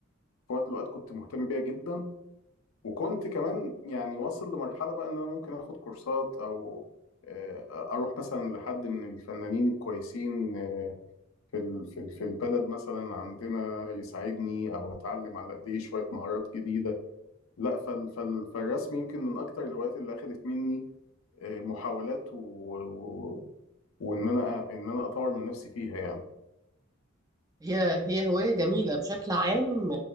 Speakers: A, on the left; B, on the right.
A: في وقت من الاوقات كنت مهتم بيها جدا وكنت كمان يعني واصل لمرحله بقى ان انا ممكن اخد كورسات او آه، اروح مثلا لحد من الفنانين الكويسين آه، في ال- في ال- في البلد مثلا عندنا يساعدني او اتعلم على ايديه شويه مهارات جديده لا فال فال فالرسم يمكن من اكتر الهوايات اللي اخذت مني آه، محاولات و... و... وان انا ان انا اطور من نفسي فيها يعني
B: هي هي هواية جميلة بشكل عام